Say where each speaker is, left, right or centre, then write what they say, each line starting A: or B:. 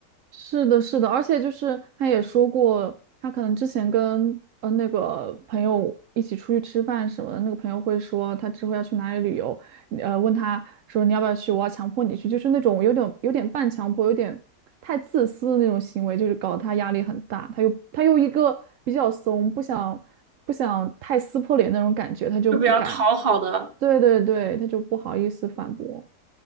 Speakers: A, on the right; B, on the right.
A: 是的，是的，而且就是他也说过，他可能之前跟呃那个朋友一起出去吃饭什么的，那个朋友会说他之后要去哪里旅游，呃，问他说你要不要去，我要强迫你去，就是那种有点有点半强迫，有点太自私的那种行为，就是搞得他压力很大，他又他又一个比较怂，不想不想太撕破脸那种感觉，他就不敢，
B: 就比较讨好的。
A: 对对对，他就不好意思反驳。